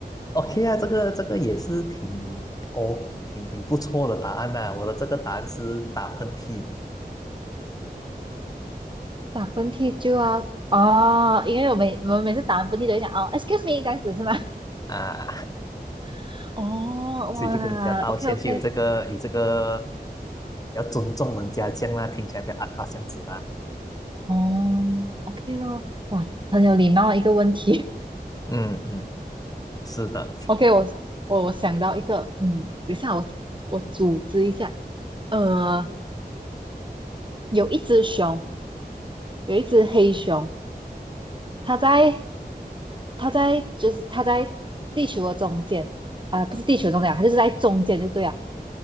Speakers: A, on the left; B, on the right.
A: OK 啊，这个这个也是挺哦，挺挺不错的答案呐、我的这个答案是打喷嚏
B: 打喷嚏就要哦，因为我每我们每次打完喷嚏都会想哦，excuse me 这样子是吗？
A: 啊。
B: <laughs> 哦，
A: 所以就跟人家道歉，
B: 哇，OK OK，
A: 就有这个有这个要尊重人家这样啦，听起来比较阿巴这样子啦。
B: 哦，OK 咯，哇，很有礼貌的一个问题。
A: 嗯嗯是的，
B: <laughs> OK，我我我想到一个，嗯，等一下我我组织一下，呃，有一只熊，有一只黑熊，它在它在就是它在地球的中间啊、不是地球中间啊，它就是在中间就对了。